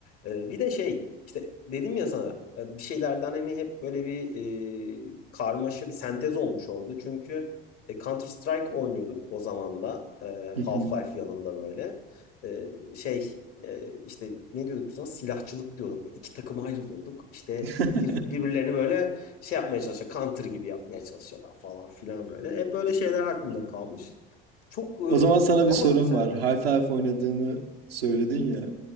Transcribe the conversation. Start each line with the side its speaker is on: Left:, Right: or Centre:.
Left: e, bir de şey işte dedim ya sana e, bir şeylerden hani hep böyle bir e, karmaşa bir sentez olmuş orada. Çünkü e, Counter Strike oynuyorduk o zaman da. E, Half-Life
Right: Hı hı.
Left: yanında böyle. E, şey e, işte ne diyorduk biz ona? Silahçılık diyorduk. Böyle İki takıma ayrılıyorduk. İşte
Right: <laughs>
Left: bir, birbirlerini böyle şey yapmaya çalışıyor. Counter gibi yapmaya çalışıyorlar falan filan böyle. Hep böyle şeyler aklımda kalmış. Çok
Right: O
Left: e,
Right: zaman sana
Left: ama
Right: bir sorum
Left: güzeldi.
Right: var. Half-Life oynadığını söyledin ya.